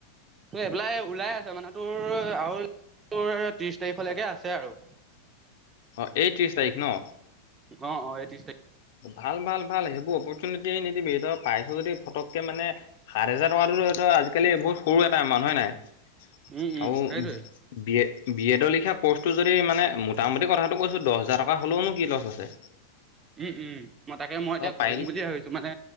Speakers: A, on the right (about 25°); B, on the left (about 65°).
A: তোৰ, এপ্লাই ওলাই আছে, মানে, তোৰ আৰু তোৰ, ত্ৰিশ তাৰিখলৈকে আছে, আৰু
B: অ', এই ত্ৰিশ তাৰিখ, ন?
A: অঁ, অঁ, এই ত্ৰিশ তাৰিখ।
B: ভাল, ভাল, ভাল। সেইবোৰ অপৰচুনিটি এৰি নিদিবি। তই পাইছ যদি, ফটকে, মানে সাত হাজাৰ টকাটো তো, আজিকালি বহুত সৰু এটা এমাউণ্ট হয় নাই?
A: উম উম
B: আৰু
A: সেইটোৱে
B: বি এ, বি এডৰ লিখা কোৰ্চটো যদি মানে, মোটামুটি কথাটো কৈছোঁ, দহ হাজাৰ টকা হ'লেওনো, কি লছ আছে?
A: উম, উম। মই তাকে, মই এতিয়া
B: তই পাৰিলি
A: কৰিম বুলি ভাবিছোঁ, মানে